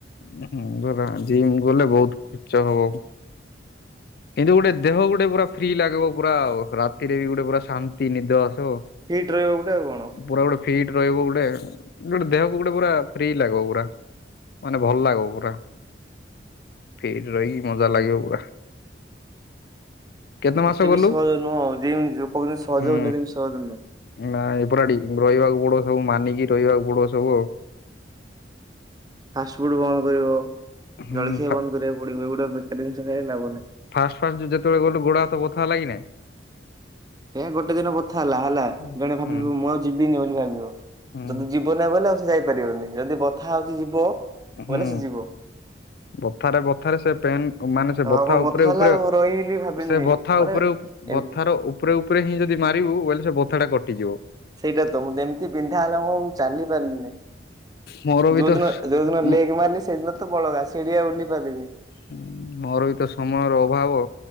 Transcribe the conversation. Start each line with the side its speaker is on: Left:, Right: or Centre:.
Left: ହିଁ ଧରା ଜିମ୍ ଗଲେ ବହୁତ୍ ଖର୍ଚ୍ଚ ହବ। କିନ୍ତୁ ଗୋଟେ ଦେହ ଗୋଟେ ପୁରା ଫ୍ରି ଲାଗିବ ପୁରା ରାତିରେ ବି ଗୋଟେ ପୁରା ଶାନ୍ତି ନିଦ ଆସିବ।
Right: ଫିଟ୍ ରହିବା ଗୋଟେ ଆଉ କଣ।
Left: ପୁରା ଗୋଟେ ଫିଟ୍ ରହିବୁ ଗୋଟେ ଗ ଗୋଟେ ଦେହକୁ ଗୋଟେ ପୁରା ଫ୍ରି ଲାଗିବ ପୁରା ମାନେ ଭଲ ଲାଗିବ ପୁରା। ଫିଟ୍ ରହିକି ମଜା ଲାଗିବ ପୁରା। କେତେ ମାସ
Right: ଏତେ
Left: ଗଲୁ?
Right: ବି ସହଜ ନୁହଁ ଜିମ୍ ଯୋଉ କହୁଚନ୍ତି ସହଜ
Left: ହୁଁ
Right: ବୋଲି ଏତେ ବି ସହଜ ନୁହଁ।
Left: ନା ଏ ପୁରା ଡି ରହିବାକୁ ପଡିବ ସବୁ ମାନିକି ରହିବାକୁ ପଡିବ ସବୁ ଆଉ।
Right: ଫାଷ୍ଟଫୁଡ ବନ୍ଦ କରିବ
Left: ହୁଁ
Right: ଜଳଖିଆ ବନ୍ଦ କରିବାକୁ ପଡ଼ିବ ଏଗୁଡ଼ା ବେକାରୀ ଜିନିଷ ଖାଇଲେ ଲାଭ ନାହିଁ।
Left: ଫାଷ୍ଟ ଫାଷ୍ଟ ଯେତବେଳେ ଗଲୁ ଗୋଡ ହାତ ବୋଥା ହେଲା କି ନାଇଁ?
Right: ହେ ଗୋଟେ ଦିନ ବଥା ହେଲା ହେଲା
Left: ହୁଁ।
Right: ଜଣେ ଭାବିବ
Left: ହୁଁ
Right: ମୁଁ ଆଉ ଯିବିନି ବୋଲି ଭାବିବ
Left: ହୁଁ
Right: ଯଦି ଯି ଯିବ ନା ବଲେ ଆଉ ସେ ଯାଇପାରିବନି ଯଦି ବଥା ହଉଛି ଯିବ
Left: ହୁଁ
Right: ବୋଇଲେ ସେ ଯିବ।
Left: ବଥାରେ ବଥାରେ ସେ ପେନ୍ ମାନେ ସେ
Right: ହଁ
Left: ବଥା
Right: ମୁଁ
Left: ଉପରେ
Right: ହେଲା
Left: ଉପରେ
Right: ଆଉ ରହିଲି ଭାବିଲିନି
Left: ସେ ବଥା
Right: ମାନେ
Left: ଉପରେ
Right: ଏମ୍
Left: ବଥାର ଉପରେ ଉପରେ ହିଁ ଯଦି ମାରିବୁ ବୋଇଲେ ସେ ବଥାଟା କଟିଯିବ।
Right: ସେଇଟା ତ ମୁଁ ଯେମ୍ତି ପିନ୍ଧା ହେଲେ ମୁଁ ଉ ଚାଲି ପାରିଲିନା।
Left: ମୋର ବି
Right: ଯୋଉ
Left: ତ
Right: ଦିନ ଯୋଉ ଦିନ
Left: ମୋ
Right: ଲେଗ୍ ମାରିଲି ସେଦିନ ତ ବଳଗ ଆସି ଚିଡ଼ିଆ ଉଲଲିପଦବି।
Left: ହୁଁ ମୋର ବି ତ ସମୟର ଅଭାବ